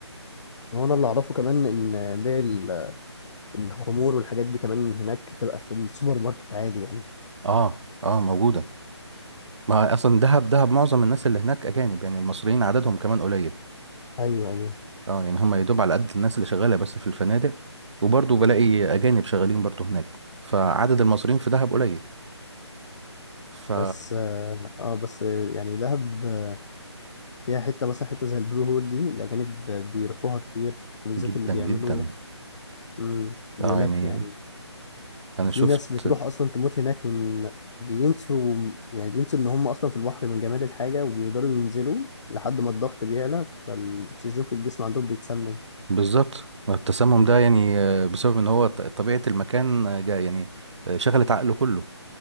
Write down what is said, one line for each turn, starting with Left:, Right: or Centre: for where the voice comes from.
Left: هو انا اللي اعرفه كمان ان بيع ال- الخمور والحاجات دي كمان هناك بتبقى في السوبر ماركت عادي يعني
Right: اه اه موجودة ما اصلا دهب دهب معظم الناس اللي هناك اجانب يعني المصريين عددهم كمان قليل
Left: ايوه ايوه
Right: اه يعني هم يدوب على قد الناس اللي شغالة بس في الفنادق وبرضه بلاقي اجانب شغالين برضه هناك فعدد المصريين في دهب قليل ف
Left: بس اه آه، بس آه، يعني دهب آه، فيها حته مثلا حته زي البلو هول دي الاجانب آه، بيروحوها كتير وبالذات
Right: جدا
Left: اللي بيعملوا
Right: جدا
Left: مم. بيقول
Right: اه يعني
Left: لك يعني
Right: انا
Left: في
Right: شفت
Left: ناس بتروح اصلا تموت هناك من بينسوا يعني بينسوا ان هم اصلا في البحر من جمال الحاجه وبيقدروا ينزلوا لحد ما الضغط بيعلى فالاكسجين في الجسم عندهم بيتسمم
Right: بالظبط التسمم
Left: مم.
Right: ده يعني آه، بسبب ان هو ط- طبيعة المكان آه، جا يعني آه، شغلت عقله كله